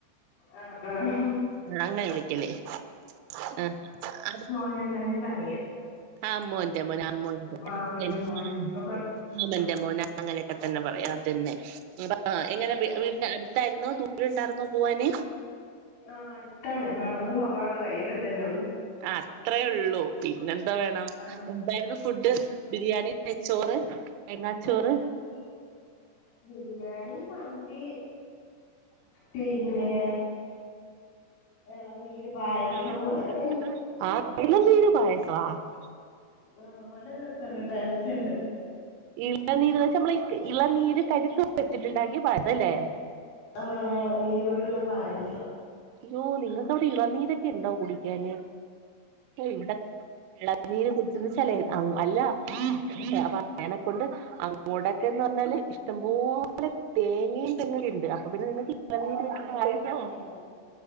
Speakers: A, on the left; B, on the right.
A: ആഹ് ആഹ്
B: ആ അങ്ങനെ വിളിക്കല് ആഹ അടു
A: അ ഞന്നെ പറയ
B: ആ അമ്മോൻറ്റെ മോൻ അമ്മേന്റെ
A: മാമന്റെ
B: അ <unintelligible>
A: മോന്
B: മ്മ
A: ന്നൊക്കെ പറ
B: അ ആമന്റെ മോന അങ്ങനെയൊക്കെ തന്നെ പറയാ അതന്നെ എങ്ങനെ വീടിന്റെ അ ത്തായിരുന്നോ ദൂരം ഉണ്ടായിരുന്നോ പോവാന്
A: ആ അടുത്താണ് നടന്നു പോവാള്ള വയ്യൊക്കെ തന്നെയ ഉള്ളൂ
B: അത്രയേള്ളൂ പിന്നെന്ത വേണം
A: ആഹ്
B: ഇതായിരുന്നു ഫുഡ് ബിരിയാണി, നെച്ചോറ്, തേങ്ങാച്ചോറ്
A: ഉം ബിരിയാണി, മന്തി പിന്നേ എളനീര് പായസം
B: <unintelligible>
A: അതൊക്കെ തന്നെ ആ വളരെ രസുണ്ട് ടേസ്റ്റ് ഉണ്ട്.
B: ഇളനീര്ന്ന് വെച്ചാ നമ്മൾ ഇളനീര് കരിത്ത് വെച്ചിട്ടുണ്ടാക്കി പഴല്ലേ.
A: ആ എ ഇളനിർ കൊണ്ടുള്ള പായിസം
B: അയ്യോ നിങ്ങൾക്കിടെ ഇളനീരൊക്കെ ഉണ്ടോ കുടിക്കാന് ഇവിടെ ഇളനി ഇളനിർ കുടിച്ചച്ചലേ അല്ല അപ്പൊ അനെക്കൊണ്ട് അങ്ങോടൊക്കെയെന്നു പറഞ്ഞാൽ ഇഷ്ടംപോലെ തേങ്ങയും തെങ്ങുക്കെയുണ്ട് അപ്പം പിന്നെ നിനക്ക് ഇളനീർ
A: ആ
B: വച്ചു
A: തെങ്ങുള്ള
B: പയ്യസൂ
A: സ്ഥലാണ്